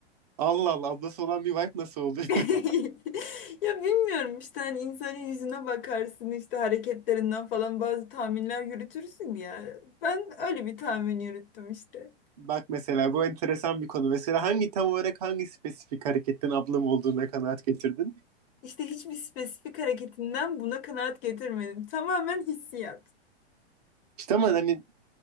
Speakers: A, on the right; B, on the left.
A: Allah Allah ablası olan bir wife nasıl oluyor?
B: <laughs> Ya bilmiyorum işte hani insanın yüzüne bakarsın işte hareketlerinden falan bazı tahminler yürütürsün ya. Ben öyle bir tahmin yürüttüm işte.
A: <laughs> Bak mesela bu enteresan bir konu. Mesela hangi tam olarak hangi spesifik hareketten ablam olduğuna kanaat getirdin?
B: İşte hiçbir spesifik hareketinden buna kanaat getirmedim. Tamamen hissiyat.
A: İşte ama hani